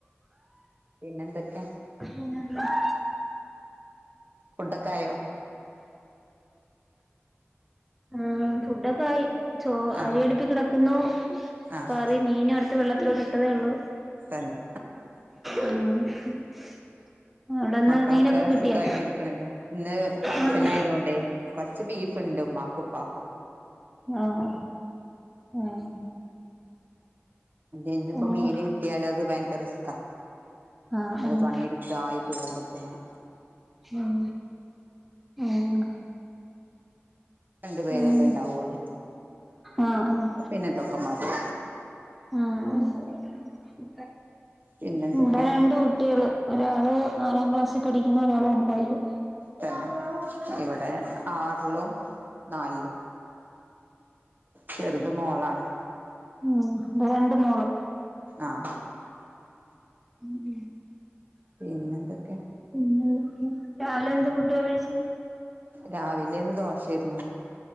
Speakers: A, on the right; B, in the centre.
A: പിന്നെന്തെക്കെ?
B: പിന്ന <unintelligible>
A: ഫുഡ്ഡക്കായോ?
B: ആഹ് ഫുഡ്ഡക്കായി. ചോ
A: ആഹ്
B: അരി അടുപ്പി കിടക്കുന്നു,
A: ആഹ്
B: കറി മീനെടുത്ത് വെള്ളത്തിലോട്ടിട്ടതേ ഉള്ളൂ
A: തന്നെ
B: ഉം ഉം <inaudible> അവിടെന്ന്
A: മക്കളൊക്കെ
B: മീനൊക്കെ കിട്ടിയാ
A: സുഗായിട്ടിരിക്ക്ണ്ല്ലേ. ഇന്ന് ഫങ്ഷനായതോണ്ടേ
B: ആഹ്
A: കൊർച്ച് ബീഫ്ണ്ട് ഉമ്മാക്കുഉപ്പാക്കും
B: ആഹ് ആഹ്
A: ഇന്നിപ്പോ
B: ആഹ്
A: മീന് കിട്ടിയാല് അത് ഭയങ്കര റിസ്ക്കാ,
B: ആഹ്
A: അത്
B: ആഹ്
A: പണിയെടു ത്തായി പോവുമ്പത്തേന്
B: ഉം ഉം
A: രണ്ടു പേരെല്ലേ
B: ഉം
A: ഇണ്ടാവൊള്ളു
B: ആഹ് ആഹ്
A: പിന്നെതൊക്കെ മതി
B: ആഹ്അഹ്
A: പിന്നെന്തൊക്കെ
B: ഇവിടെ രണ്ട് കുട്ടികള്, ഒരാള് നാലാം ക്ലാസ്സി പഠിക്കുന്നു ഒരാള് ഒമ്പതില്
A: തന്നെ ഇവെടെ ആറിലും നാൽലും ചെറുത് മോളാണ്
B: ഉം ബടെ രണ്ട് മോള്
A: ആഹ്
B: ഉം
A: പിന്നെന്തൊക്കെ
B: പിന്നെന്തൊക്കെ രാവിലെ എന്ത്‌ ഫുഡാ കഴിച്ചേ
A: രാവിലെന്ന് ദോശേര്ന്നു